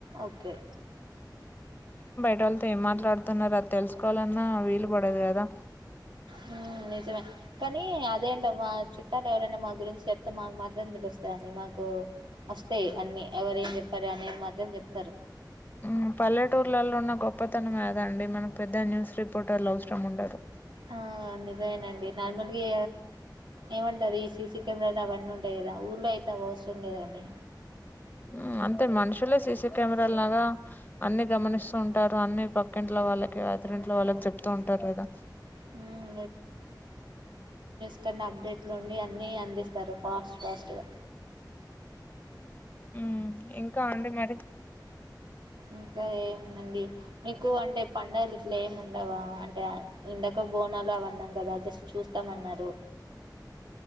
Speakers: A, on the right; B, on the left.
A: ఓకే
B: <unintelligible> వాళ్ళతో ఏ మాట్లాడుతున్నారు అది తెలుసుకోవాలన్నా వీలు పడదు కదా
A: హ్మ్. నిజమే. కానీ అదేంట ఒ మా చుట్టాలు ఎవరైనా మా గురించి చెప్తే మాకు మాత్రమం తెలుస్తందండి మాకు వస్తేయి అని ఎవరేం చెప్పారు అనేది మాత్రం చెప్తారు
B: ఉమ్ పల్లెటూర్లలో ఉన్న గొప్పతనం కాద అండి మనం పెద్ద న్యూస్ రిపోర్టర్లు అవసరం ఉండరు
A: ఆ నిజమేనండి నార్మల్గా ఏమంటాది ఈ సిసి కెమరాల అవన్నీ ఉంటాయి కదా ఊర్లా అయితే <unintelligible> లేదండి
B: మ్ అంతే మనుషులే సీసి కెమెరా లాగా అన్ని గమనిస్తూ ఉంటారు అన్ని పక్కిట్లో వాళ్ళకి అత్ర ఇంట్లో వాళ్ళకి చెప్తూ ఉంటారు కదా
A: హ్మ్. <unintelligible> అప్డేట్లు ఉండి అన్నీ అందిస్తారు ఫాస్ట్ ఫాస్ట్గా
B: ఉమ్ ఇంకా అండి మరి
A: ఇంకా ఏముందండి మీకు అంటే పండగల్ గిట్ల ఏముండవ టే ఇందక బోనాలు అవన్నాం కదా జస్ట్ చూస్తామ అన్నారు